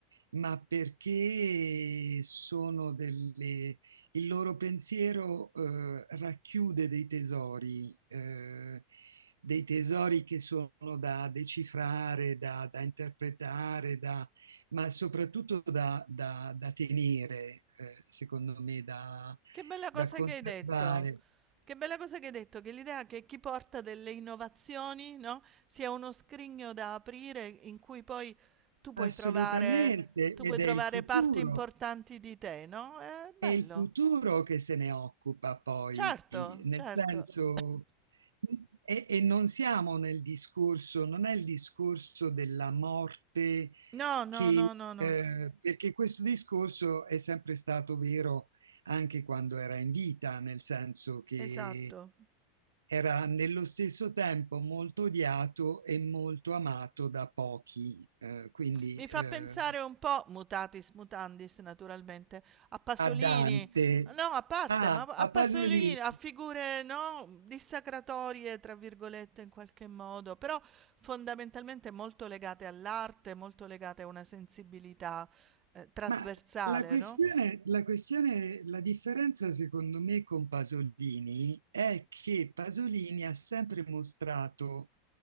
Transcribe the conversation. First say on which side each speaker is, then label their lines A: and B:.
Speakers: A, on the right; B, on the right.
A: ma perché sono delle... il loro pensiero eh, racchiude dei tesori, eh, dei tesori che sono da decifrare, da, da interpretare, da ma soprattutto da, da- da tenere, eh, secondo me, da,
B: Che bella cosa
A: da conservare.
B: che hai detto. Che bella cosa che hai detto, che l'idea che chi porta delle innovazioni, no, sia uno scrigno da aprire in cui poi tu puoi
A: Assolutamente,
B: trovare tu
A: ed
B: puoi trovare
A: è il futuro.
B: parti importanti di te, no, è bello.
A: È il futuro che se ne occupa poi,
B: Certo,
A: nel
B: certo.
A: senso, e, e non siamo nel discorso, non è il discorso della morte
B: No, no,
A: che,
B: no, no, no.
A: eh, perché questo discorso è sempre stato vero anche quando era in vita, nel senso che
B: Esatto.
A: era nello stesso tempo molto odiato e molto amato da pochi, eh, quindi
B: Mi
A: eh,
B: fa pensare un po', mutatis mutandis naturalmente, a Pasolini,
A: a Dante,
B: no, a parte,
A: ah,
B: ma a
A: a
B: Pasolini,
A: Pasolini.
B: a figure, no, dissacratorie, tra virgolette, in qualche modo, però fondamentalmente molto legate all'arte, molto legate a una sensibilità, eh, trasversale,
A: Ma la questione,
B: no?
A: la questione, la differenza secondo me con Pasolini è che Pasolini ha sempre mostrato